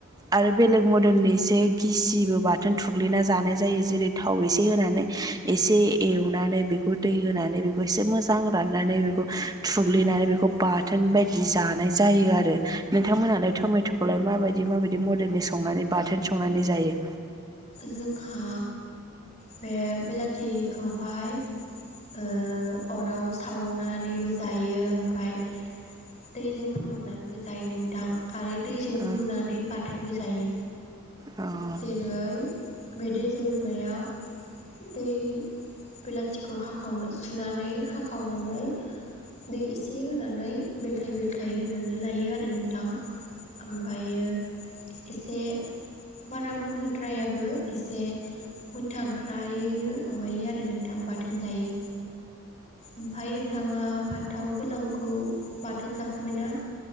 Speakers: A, on the right; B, on the left.
A: आरो बेलेग मदेलनि ईसे गिसिबो बाथोन थुग्लिना जानाय जायो जेरै थाव एसे होनानै - एसे एवनानै बेखौ दै होनानै बेखौ एसे मोजां राननानै बेखौ थुग्लिनानै बेखौ बाथोन बायदि जानाय जायोआरो नोंथां मोनालाय तमे ट खौलाय माबायदि - माबायदि मदेलनि संनानै बा बाथोन संनानै जायो?
B: जोंहा बे बिलाथिखौहाय ओ अराव सावनानैबो जायो ओमफाय दैजों फोमोननानैबो जायो नोंथां! आरो दैजों
A: औ
B: रुनानै बाथोनबो जायो!
A: औ
B: जेरै बे दिद ज रुनाया दै बिलाथिखौ हाखावना सुनानै हाखावनानै दै एसे होनानै बेलथाय-बेलथाय होनानै लायो आरो नोंथां! ओमफ्रायो एसे बारा मोनहोद्रायाब बो एसे मोनथांख्रायैनो माबायो आरो नोंथां बाथोन जायो! ओमफ्राय नों नोंथाङा फान्थाव गोलावखौ बाथोन जाखांबाय ना?